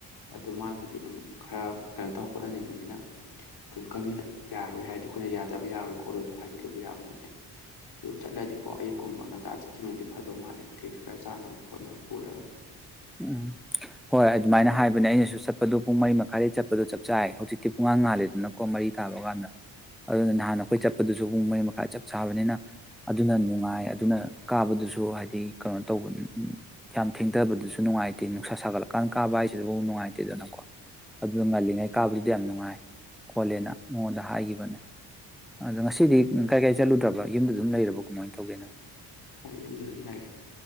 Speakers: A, on the left; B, in the centre.
A: ꯍꯣꯏ ꯑꯗꯨ ꯃꯥꯕꯨꯗꯤ ꯑꯗꯨꯝ ꯈꯔ ꯀꯩꯅꯣ ꯇꯧ ꯍꯣꯠꯅꯅꯤꯡꯕꯅꯤꯅ ꯑꯗꯨꯝ ꯀꯃꯤꯟꯅ ꯌꯥꯔꯣꯏ ꯍꯥꯏꯔꯗꯤ ꯑꯩꯈꯣꯏꯅ ꯌꯥꯗꯕ ꯌꯥꯔꯣꯏ ꯈꯣꯠꯂꯣꯏꯁꯨ ꯍꯥꯏꯗꯤꯂꯨꯕ ꯌꯥꯕ ꯅꯠꯇꯦ ꯑꯗꯨ ꯆꯠꯂꯗꯤꯀꯣ ꯑꯌꯨꯛꯀꯨꯝꯕ ꯉꯟꯇꯥ ꯆꯠꯈꯤꯕꯅꯗꯤ ꯐꯗꯧ ꯃꯥꯜꯂꯦ ꯀꯩꯀꯩ ꯈꯔ ꯆꯥꯅꯕ ꯈꯣꯠꯅꯕ ꯄꯨꯔꯒ
B: ꯎꯝ ꯍꯣꯏ ꯑꯗꯨꯃꯥꯏꯅ ꯍꯥꯏꯕꯅꯦ ꯑꯩꯅꯁꯨ ꯆꯠꯄꯗꯣ ꯄꯨꯡ ꯃꯔꯤ ꯃꯈꯥꯏꯗꯩ ꯆꯠꯄꯗꯣ ꯆꯞ ꯆꯥꯏ ꯍꯧꯖꯤꯛꯇꯤ ꯄꯨꯡꯉꯥꯡ ꯉꯥꯜꯂꯦꯗꯅꯀꯣ ꯃꯔꯤ ꯇꯥꯕ ꯀꯥꯟꯗ ꯑꯗꯨꯅ ꯅꯍꯥꯟ ꯑꯩꯈꯣꯏ ꯆꯠꯄꯗꯨꯁꯨ ꯄꯨꯡ ꯃꯔꯤ ꯃꯈꯥꯏꯗ ꯆꯞ ꯆꯥꯕꯅꯤꯅ ꯑꯗꯨꯅ ꯅꯨꯡꯉꯥꯏ ꯑꯗꯨꯅ ꯀꯥꯕꯗꯨꯁꯨ ꯍꯥꯏꯗꯤ ꯀꯩꯅꯣ ꯇꯧꯕ ꯌꯥꯝ ꯊꯦꯡꯊꯕꯗꯨꯁꯨ ꯅꯨꯡꯉꯥꯏꯇꯦ ꯅꯨꯡꯁꯥ ꯁꯥꯒꯠꯂꯛꯀꯥꯟꯗ ꯀꯥꯕ ꯍꯥꯏꯁꯤꯐꯥꯎ ꯅꯨꯡꯉꯥꯏꯇꯦꯗꯅꯀꯣ ꯑꯗꯨꯗ ꯉꯜꯂꯤꯉꯩ ꯀꯥꯕꯗꯨꯗꯤ ꯌꯥꯝ ꯅꯨꯡꯉꯥꯏ ꯈꯣꯠꯂꯦꯅ ꯃꯉꯣꯟꯗ ꯍꯥꯏꯈꯤꯕꯅꯦ ꯑꯗꯣ ꯉꯁꯤꯗꯤ ꯀꯥꯏ ꯀꯥꯏ ꯆꯠꯂꯨꯗ꯭ꯔꯕ ꯌꯨꯝꯗ ꯑꯗꯨꯝ ꯂꯩꯔꯕ ꯀꯃꯥꯏꯅ ꯇꯧꯒꯦꯅ
A: ꯍꯣꯏ ꯌꯨꯝꯗ ꯑꯗꯨꯝ ꯂꯩꯔꯦ